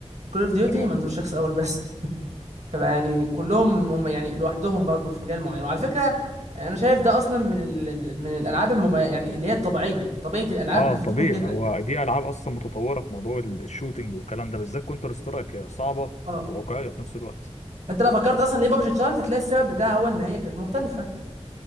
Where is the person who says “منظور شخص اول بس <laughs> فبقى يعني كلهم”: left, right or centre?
Right